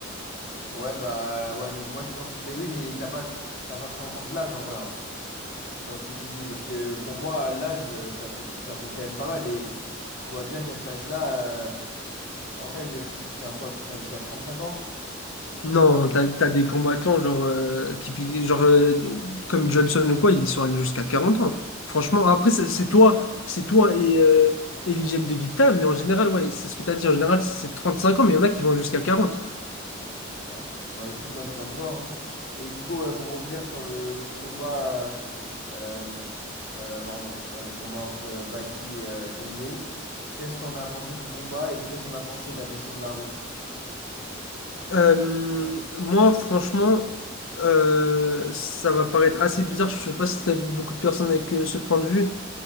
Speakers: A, on the left; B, on the left.
A: Ouais, bah, ouais, mais moi, je pense. Mais oui, mais t'as pas, t'as pas pris en compte l'âge en vrai, hein, dans ce que tu dis. Parce que pour moi, l'âge, euh, ça fait, ça fait quand même pas mal. Et tu vois bien qu'à cet âge-là. euh, En vrai, UFC, tu tiens quoi? Tu tiens jusqu'à 35 ans?
B: Non, t'as, t'as des combattants genre, euh, qui, genre euh, des- comme Johnson ou quoi, ils sont allés jusqu'à 40 ans. Franchement, après, c'est c'est toi, c'est toi et, euh, et l'hygiène de Victa, mais en général, ouais, c'est ce que t'as dit, en général, c'est 35 ans, mais il y en a qui vont jusqu'à 40.
A: Ouais. Bah écoute, moi j'attends de voir. hein. Et du coup, ouais, pour revenir sur le, le combat, euh, euh, euh, pardon, euh, le combat entre Baki et euh, Dombé, qu'est-ce que t'en as pensé du combat et qu'est-ce que t'en as pensé de la décision de l'arbitre?
B: Euh, moi, franchement, euh, ça va paraître assez bizarre. Je sais pas si t'as vu beaucoup de personnes avec euh, ce point de vue,